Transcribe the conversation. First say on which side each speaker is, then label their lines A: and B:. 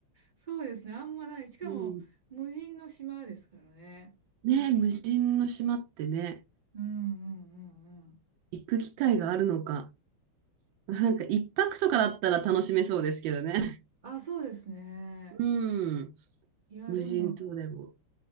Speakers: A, on the right; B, on the right.
A: そうですね、あんまない。しかも、
B: うん。
A: 無人の島ですからね。そう。
B: ねえ、無人の島ってね、
A: うんうんうんうん。
B: 行く機会があるのか。なんか一泊とかだったら楽しめそうですけどね。
A: あ、そうですね。
B: うん。
A: いや、
B: 無人島でも。
A: でも、